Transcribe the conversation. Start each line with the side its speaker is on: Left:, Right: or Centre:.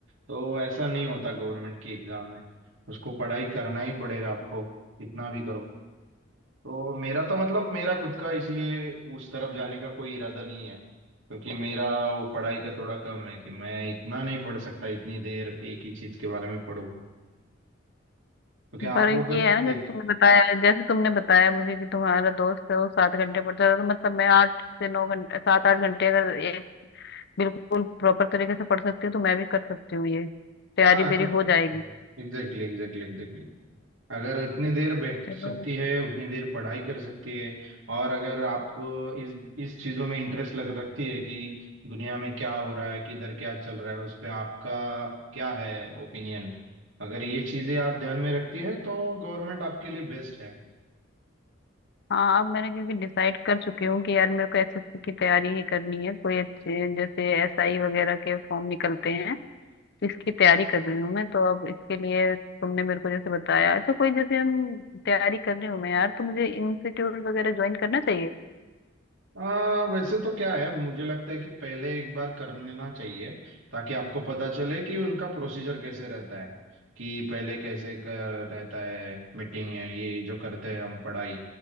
Right: तो ऐसा नहीं होता गवर्नमेंट की एग्जाम में उसको पढ़ाई करना ही पड़ेगा आपको कितना भी करो तो मेरा तो मतलब मेरा खुद का इसलिए उस तरफ जाने का कोई इरादा नहीं है क्योंकि मेरा वो पढ़ाई का थोड़ा कम है कि मैं इतना नहीं पढ़ सकता इतनी देर एक ही चीज के बारे में पढ़ूं तो क्या
Left: पर
Right: आप
Left: ये
Right: वो कर सकते
Left: है ना
Right: हैं
Left: जैसे तुमने बताया जैसे तुमने बताया मुझे कि तुम्हारा दोस्त है वो सात घंटे पढ़ता है तो मतलब मैं आठ से नौ घंटे सात आठ घंटे अगर एक बिल्कुल प्रॉपर तरीके से पढ़ सकती हूँ तो मैं भी कर सकती हूँ ये तैयारी
Right: हाँ
Left: मेरी
Right: कर सकते
Left: हो जाएगी
Right: हैं Exactly exactly exactly अगर इतनी देर बैठ
Left: चलो
Right: सकती है उतनी देर पढ़ाई कर सकती है और अगर आप इस इस चीज़ों में इंटरेस्ट लग रखती है कि दुनिया में क्या हो रहा है किधर क्या चल रहा है उस पे आपका क्या है ओपिनियन अगर ये चीज़ें आप ध्यान में रखती है तो गवर्नमेंट आपके लिए बेस्ट है
Left: हाँ अब मैंने क्योंकि डिसाइड कर चुकी हूँ कि यार मेरे को एसएससी की तैयारी ही करनी है कोई अच्छे जैसे एसआई वगैरह के फॉर्म निकलते हैं इसकी तैयारी कर रही हूँ मैं तो अब इसके लिए तुमने मेरे को जैसे बताया अच्छा कोई जैसे हम तैयारी कर रही हूँ मैं यार तो मुझे इंस्टीट्यूट वगैरह ज्वाइन करना चाहिए
Right: आ, वैसे तो क्या है मुझे लगता है कि पहले एक बार कर लेना चाहिए ताकि आपको पता चले कि उनका प्रोसीजर कैसे रहता है कि पहले कैसे कर रहता है मीटिंग है ये जो करते हैं हम पढ़ाई